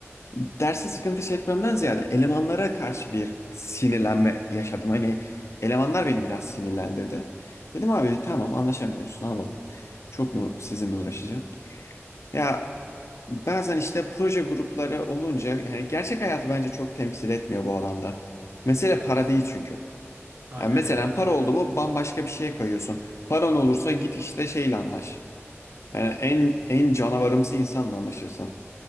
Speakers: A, on the left (about 70°); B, on the right (about 55°).
A: derse sıkıntı çekmemden ziyade elemanlara karşı bir sinirlenme yaşadım. Hani elemanlar beni biraz sinirlendirdi. Dedim abi tamam anlaşamıyoruz ne yapalım. Çok mu sizinle uğraşacağım? Ya bazen işte proje grupları olunca yani gerçek hayatı bence çok temsil etmiyor bu alanda. Mesele
B: Evet.
A: para değil çünkü.
B: Aynen
A: Yani mesela
B: öyle tabii.
A: para oldu mu bambaşka bir şeye kayıyorsun. Paran olursa git işte şeyle anlaş. Yani en en canavarımsı insanla anlaşırsın.